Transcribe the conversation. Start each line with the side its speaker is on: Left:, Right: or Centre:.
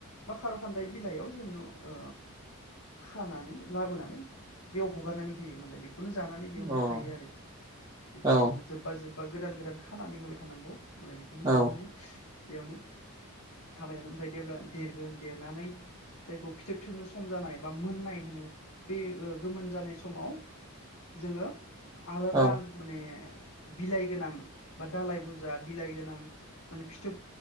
Left: बा खार' खान्दाय बिलाइयाव जोङो ओ खानानै लाबोनानै बेयाव हगारनानै होयो मोनालाय बेखौ बेखौनो जानानै बेयावनो
Right: अ
Left: थायो आरो। ओफ्राय
Right: औ
Left: जोङो जोबबा जोब जोबबा गोदान गोदान खानानै होबाय थानांगौ। मालाय बेखौनो जानानै।
Right: औ
Left: बेयावनो थाबाय थागोन ओमफ्राय देब्ला देरगोन देरनानै जायखौ फिथोब थोबनो सम जानाय बा मोननाय होनो बे ओ-गोमोन जानाय स समाव जोङो। आलादा।
Right: औ
Left: माने बिलाइ गोनां बा दालाइ बुजा बिलाइ गोनां माने फिथोब।